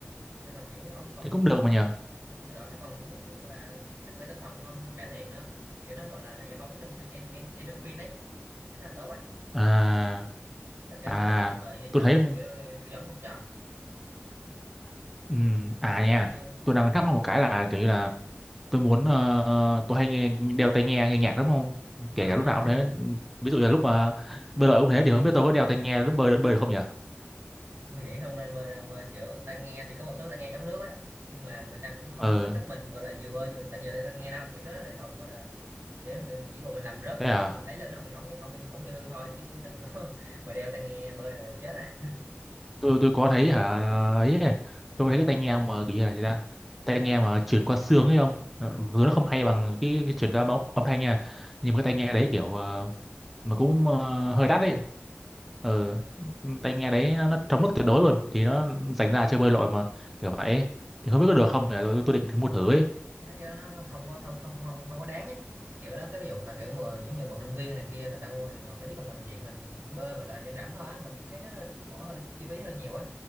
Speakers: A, on the right (about 70°); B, in the centre.
A: xong rồi kiểu ông còn
B: thế cũng được
A: bơi
B: mà
A: lội
B: nhờ
A: ừ, bơi lội nó còn giúp giúp là sức khỏe tinh thần của ông cải thiện nữa kiểu nó gọi là nó giải phóng dopamine en, en, endorphin ấy khá là tốt ấy
B: à
A: rồi kiểu
B: à
A: ông có biết gì về loại gì
B: tôi
A: chơi
B: thấy
A: để kiểu tư vấn không cho
B: ừm, à nha
A: kiểu như
B: tôi
A: ừ.
B: đang thắc mắc một cái là kiểu như là tôi muốn ờ, tôi hay nghe đeo tai nghe nghe nhạc lắm không kể
A: à,
B: cả lúc nào
A: <laughs>
B: cũng thế ví dụ là lúc mà bơi lội cũng thế thì không biết tôi có đeo tai nghe lúc bơi bơi được không nhỉ
A: tôi nghĩ không nên bơi đâu bơi kiểu ta nghe thì có một số ta nghe chống nước ấy nhưng mà người ta cũng không
B: ờ
A: khuyến khích mình gọi là vừa bơi vừa tăng giờ để ta nghe đâu kiểu cái đó để phòng gọi là để người chỉ còn mình làm rớt
B: thế
A: nước
B: à
A: thì mình lấy lên nó không bị hỏng không bị không bị hư thôi chứ đừng có <laughs> mà đeo tai nghe bơi là chết á
B: tôi tôi có thấy hả ấy tôi thấy cái tai nghe
A: ừ.
B: mà kiểu như là gì ta tai nghe mà truyền qua xương ấy không Ờ, mặc dù nó không
A: à,
B: hay bằng cái, cái truyền qua âm, âm thanh nha nhưng mà cái tai nghe đấy kiểu ờ, mà cũng ờ, hơi đắt đấy ờ
A: à,
B: tai nghe đấy nó, nó chống nước tuyệt đối luôn thì nó dành ra
A: à,
B: cho bơi lội mà kiểu vậy ấy. thì không biết có được
A: kiểu
B: không
A: thấy
B: nhỉ
A: nó
B: tôi, tôi định thử mua thử ấy
A: Tôi thấy cái đó nó không có không không không không có đáng ấy kiểu đó cái ví dụ mà kiểu người giống như vận động viên này kia người ta mua thì hợp lý còn mình dạng mình bơi và là dân rảnh thôi á mình thấy nó hơi- bỏ hơi chi phí hơi nhiều á